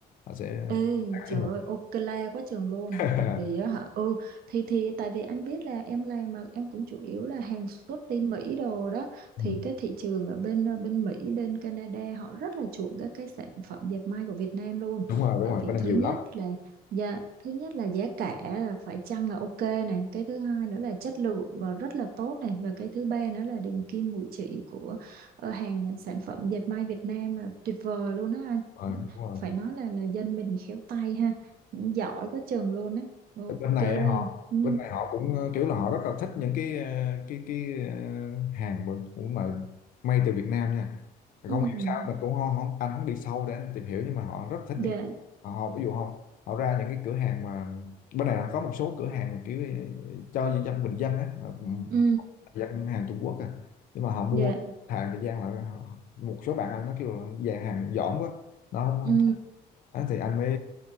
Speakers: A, on the left; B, on the right.
A: họ sẽ
B: Ê,
A: tác
B: trời
A: với mình
B: ơi, ok quá trường luôn.
A: <laughs>
B: Tại vì á hả, ừ, thì thì tại vì anh biết là em làm mà em cũng chủ yếu là hàng xuất đi Mỹ đồ đó.
A: ừ.
B: Thì cái thị trường ở bên ờ, bên Mỹ, bên Canada họ rất là chuộng các cái sản phẩm dệt may của Việt Nam luôn.
A: đúng rồi đúng
B: Tại
A: rồi
B: vì
A: bên này
B: thứ
A: nhiều
B: nhất
A: lắm
B: là giá, thứ nhất là giá cả là phải chăng là ok này. Cái thứ hai nữa là chất lượng và rất là tốt này. Và cái thứ ba nữa là đường kim mũi chỉ của ờ, hàng sản phẩm dệt may Việt Nam là tuyệt vời luôn đó anh
A: Ừ, đúng rồi, đúng
B: phải
A: rồi.
B: nói là là dân mình khéo tay ha giỏi quá chừng luôn á ok
A: Bên bên này họ
B: ừ
A: bên này họ cũng ờ, kiểu là họ rất là thích những cái ờ, cái cái ờ, hàng mà- của mà may từ Việt Nam nha. Không
B: ừ
A: hiểu sao mình cũng không, không anh không đi sâu để anh tìm hiểu nhưng mà họ rất thích
B: dạ
A: những cái họ, họ ví dụ họ họ ra những cái cửa hàng mà bên này có một số cửa hàng mà kiểu ờ, cho dân bình dân á mà ừ,
B: ừ
A: dân hàng Trung Quốc à nhưng mà họ mua
B: dạ
A: hàng thời gian là họ- một số bạn anh nó kêu là dàn hàng dỏm quá nó không,
B: ừ
A: không á, thì anh mới